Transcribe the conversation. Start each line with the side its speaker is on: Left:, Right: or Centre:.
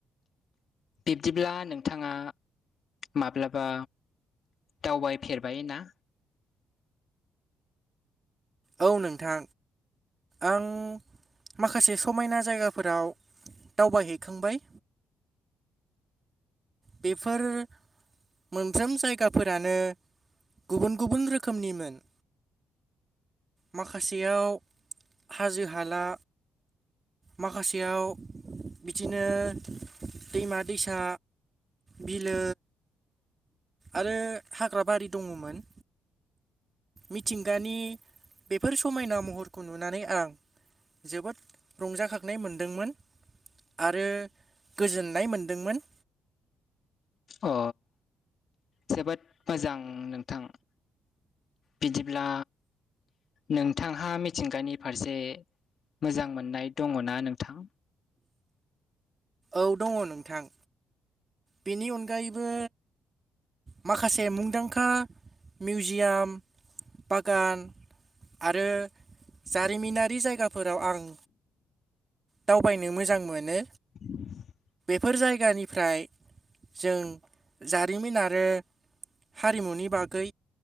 Left: बिब्दिब्ला नोंथाङा माब्लाबा दावबायफेरबाय ना?
Right: औ नोंथां आं माखासे समायना जायगाफोराव दावबायहैखांबाय। बेफोर मोनफ्रोम जायगाफोरानो गुबुन गुबुन रोखोमनिमोन माखासेयाव हाजो हाला माखासेयाव बिदिनो दैमा दैसा बिलो आरो हाग्रा बारि दङमोन। मिथिंगानि बेफोर समायना महरखौ नुनानै आं जोबोद रंजाखांनाय मोनदोंमोन। आरो गोजोननाय मोनदोंमोन।
Left: अ जोबोद मोजां नोंथां। बिदिब्ला नोंथांहा मिथिंगानि फारसे मोजां मोननाय दङ ना नोंथां?
Right: औ दङ नोंथां। बेनि अनगायैबो माखासे मुंदांखा मिउजियाम बागान आरो जारिमिनारि जायगाफोराव आं दावबायनो मोजां मोनो
Left: <inaudible>
Right: बेफोर जायगानिफ्राय जों जारिमिन आरो हारिमुनि बागै